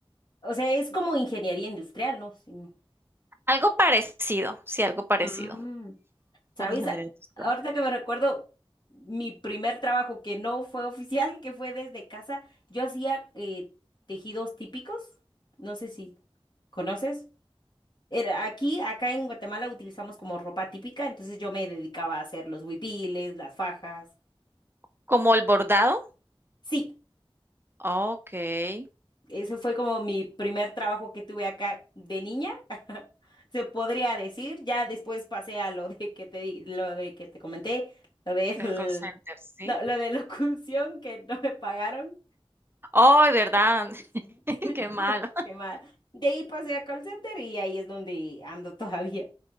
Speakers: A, on the left (about 50°); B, on the right (about 25°).
A: O sea, es como ingeniería industrial, ¿no? Sí, no.
B: Algo parecido, sí, algo parecido
A: Mm, ¿Sabes?
B: con ingeniería
A: A-
B: industrial.
A: Ahorita que me recuerdo mi primer trabajo que no fue oficial, que fue desde casa, yo hacía eh, tejidos típicos. No sé si conoces. Era aquí, acá en Guatemala utilizamos como ropa típica, entonces yo me dedicaba a hacer los huipiles, las fajas.
B: Como el bordado.
A: Sí.
B: Ok, el
A: Ese fue como mi primer trabajo que tuve acá de niña, <laughs> se podría decir. Ya después pasé a lo de que te di- lo de que te comenté, lo de
B: call center, sí.
A: <laughs> no, lo de locución que no me pagaron.
B: Ay, ¿verdad?
A: Sí.
B: <laughs>
A: <laughs>
B: Qué malo.
A: Qué mal. De ahí pasé a call center y ahí es donde ando todavía.